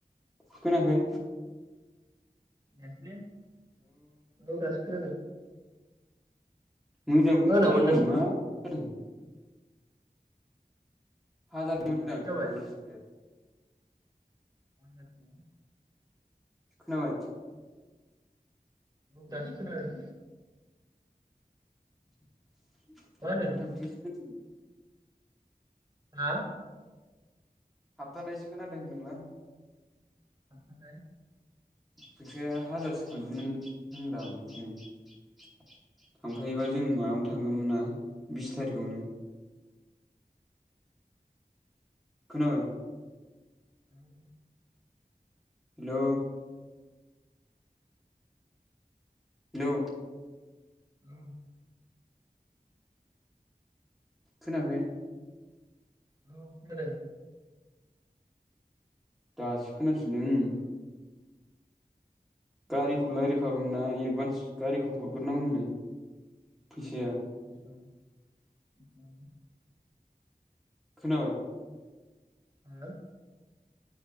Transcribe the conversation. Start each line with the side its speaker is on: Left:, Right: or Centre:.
Centre: खोनाखै
Right: नेसले। औ दासो खोनादों।
Centre: मोजांखौनो
Right: मा होनामोन
Centre: खोनायाखै
Right: नों
Centre: मा खोनादों हागादमोनदां
Right: खोनाबाय
Centre: थांबागोनना थांफाया?
Right: मानदाब दं
Centre: खोनाबाय
Right: दासो खोनादों
Centre: <inaudible>
Right: मा
Centre: थाबथा
Right: होनदों
Centre: थाबथि
Right: नों
Centre: खोन
Right: आ।
Centre: थाबथानायसो खोनादों होनदोंलां।
Right: थाबथानाय
Centre: फैसाया हाजारसो खांदोंमोन होनदां बेखौनो। थांफायोबा
Right: औ
Centre: जों मायाव था थांगोमोनना बिस थारिखआवनो। खोनाबाय?
Right: Hello
Centre: hello hello.
Right: औ।
Centre: खोनाखै?
Right: औ खादों।
Centre: दासो खोनाफिनदों उम गारिखौ
Right: खालामदों दालाय
Centre: लायरायखोनना येर एदभान्स गारिखौ हरग्रोनांगौमोननो
Right: <unintelligible>
Centre: फैसाया
Right: <unintelligible>
Centre: खोनाबाय?
Right: आ।